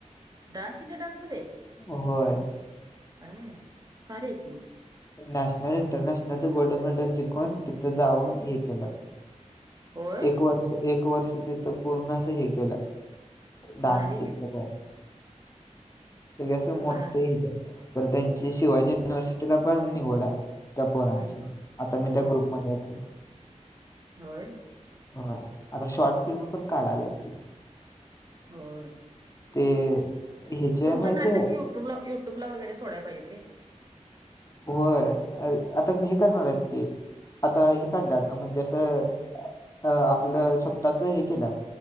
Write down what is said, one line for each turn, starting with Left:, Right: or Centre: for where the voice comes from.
Right: डान्स इंडिया डान्समध्ये?
Left: व्हय.
Right: व्हय भारी आहे की मग.
Left: नॅशनल इंटरनॅशनलचं गोल्ड मेडल जिकून तिथं जाऊन हे केलं.
Right: होय.
Left: एक वर्ष एक वर्ष ते तर पूर्ण अस हे केलंत डान्स.
Right: भारी
Left: <unintelligible>
Right: आहे
Left: सगळे असे मोठ
Right: भारी
Left: देतात त्यांची शिवाजी युनिव्हर्सिटीला पण निवड आहे. त्या पोरांची
Right: हम्म
Left: आता मी त्या
Right: हम्म
Left: ग्रुप मध्ये आहे ते.
Right: होय.
Left: होय आता शॉर्ट फिल्म पण काढालायेत की.
Right: होय.
Left: ते ह्याची आहे
Right: तुमं
Left: माहितीय
Right: नाटक युट्यूब ला युटूब ला वगैरे सोडय पाहिजे रे.
Left: होय अ आता हे करणार आहेत की. आता हे काढल्यात म्हणजे असं अ आपलं स्वतःच हे केल्यात.